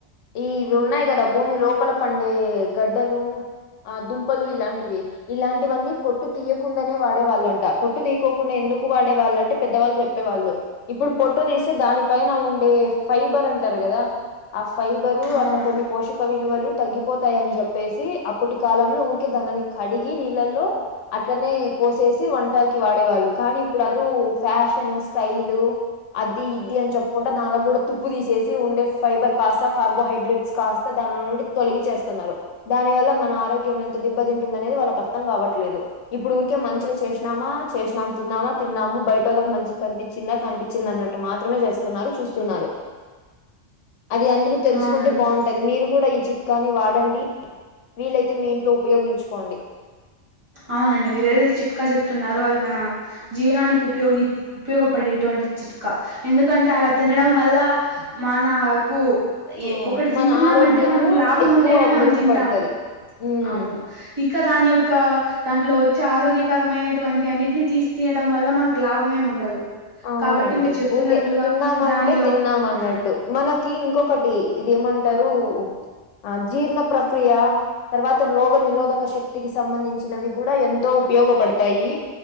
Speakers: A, on the left; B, on the right.
A: ఇవి ఉన్నాయి కదా భూమి లోపల పండే ఏ గడ్డలు ఆ దుంపలు ఇలాంటి ఇలాంటివన్నీ పొట్టు తీయకుండానే వాడేవాళ్ళంట పొట్టు తీకోకుండా ఎందుకు వాడేవాళ్ళు అంటే పెద్దవాళ్ళు చెప్పేవాళ్ళు ఇప్పుడు పొట్టు తీస్తే దాని పైన ఉండే ఫైబర్ అంటరు కదా ఆ ఫైబరు
B: అవునండి
A: అట్లా కొన్ని పోష పక్క విలువలు తగ్గిపోతయని చెప్పేసి అప్పటి కాలంలో ఊరికే దానిని కడిగి నీళ్ళల్లో అట్లనే కోసేసి వంటకి వాడేవాళ్ళు కానీ ఇప్పుడు అందరు ఫ్యాషన్ స్టైల్ అది ఇది అని చెప్పుకుంటే దాని కూడా తుప్పు తీసి ఉండే ఫైబర్ కాస్తా కార్బోహైడ్రేట్స్ కాస్తా దాని నుండి తొలగి చేస్తున్నరు దాని వల్ల మన ఆరోగ్యం ఎంత దెబ్బతింటుంద అనేది వాళ్ళకి అర్థం కావట్లేదు ఇప్పుడు ఊరికే మంచిగా చేసినామా చేసినాము తిన్నామా తిన్నాము బయట వాళ్ళకి మంచిగా కనిపి చిందా కనిపించింది అన్నట్మాత్రమే చేస్తాంది చూస్తున్నారు అది అందరూ తెలుసుకుంటే
B: అవునండి
A: బాగుంటది మీరు కూడ్ ఈ చిట్కాని వాడండి వీలైతే మీ ఇంట్లో ఉపయోగించుకోండి
B: అవునండి మీరేదైతే చిట్కా చెప్తున్నారో అది మన జీవనానికి ఉపయోగి ఉపయోగపడేటువంటి చిట్కా ఎందుకంటే అలా తినడం వల్ల మనకు
A: అవును,
B: ఏ ఒకటి తింటున్నామంటే
A: మన ఆరోగ్యము
B: మనకు లాభం
A: ఎక్కువ
B: ఉంటేనే మనం
A: మెరుగుపడుతది
B: తింటము
A: ఉమ్
B: అవును ఇక దాని యొక్క దాంట్లో వచ్చే ఆరోగ్యకరమైనటువంటి అన్నిటిని తీసి తినడం వల్ల మనకు లాభంమేమి ఉండదు
A: అవునండి
B: కాబట్టి మీరు చెప్తున్నట్లుగా
A: ఊరికే తిన్నామంటే
B: దానిలో
A: తిన్నాం అన్నట్టు
B: ఉమ్
A: మనకి ఇంకొకటి ఇది ఏమంటరు ఆ జీర్ణ ప్రక్రియ తర్వాత రోగ నిరోధక శక్తి వ్యతికి సంబంధించినవి కూడ ఎంతో ఉపయోగపడతయి